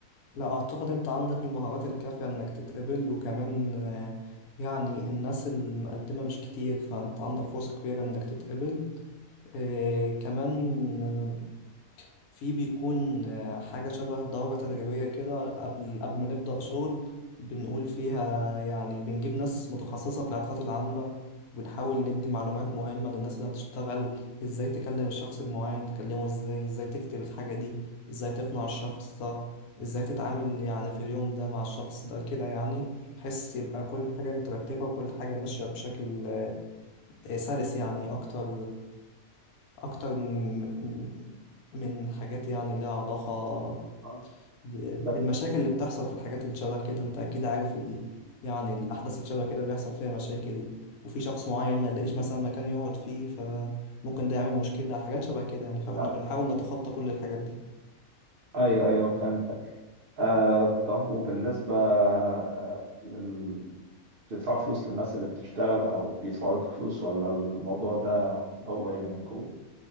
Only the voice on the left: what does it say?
لا أعتقد أنت عندك المهارات الكافية إنك تتقبل وكمان آه، يعني الناس المقدمة مش كتير فأنت عندك فرصة كبيرة إنك تتقبل آه، كمان في بيكون آه، حاجة شبه دورة تدريبية كده قبل قبل ما نبدأ شغل بنقول فيها يعني بنجيب ناس متخصصة في العلاقات العامة وبنحاول ندي معلومات مهمة للناس اللي هتشتغل ازاي تكلم الشخص المعين تكلمه ازاي ازاي تكتب الحاجة دي ازاي تقنع الشخص ده ازاي تتعامل يعني في اليوم ده مع الشخص ده كده يعني بحيث يبقى كل حاجة مترتبة وكل حاجة ماشية بشكل آه، سلس يعني أكتر أكتر م- م- من حاجات يعني لها علاقة
ب-
بالمشاكل اللي بتحصل في الحاجات اللي شبه كده أنت أكيد عارف ال... يعني الأحداث اللي شبه كده بيحصل فيها مشاكل وفي شخص معين ما يلاقيش مثلا مكان يقعد فيه فممكن ده يعمل مشكلة حاجات شبه كده يعني فاحنا
بنحاول نتخطى كل الحاجات دي